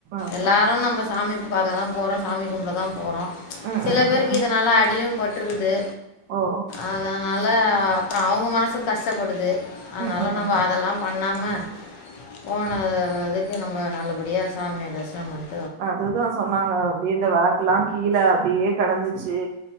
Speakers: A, on the right (about 75°); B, on the left (about 75°).
A: அதா
B: எல்லாரு நம்ம சாமி பாக்கதா போறோ சாமி கும்படதா போறோ
A: ம்
B: சில
A: ம்
B: பேருக்கு
A: ம் ம்
B: இதனால அடியு பட்ருது
A: ஓ
B: அதனால அப்ற அவுங்க மனசுக்கு கஷ்டப்படுது அதனால
A: ம் ம் ம்
B: நம்ம அதெலா பண்ணாம போனது எதுக்கு நம்ம நல்லபடியா சாமிய தரிசன பண்
A: அதுதா சொன்னாங்க அப்டி இந்த வெளக்கெலா கீழ அப்டியே கெடந்துச்சு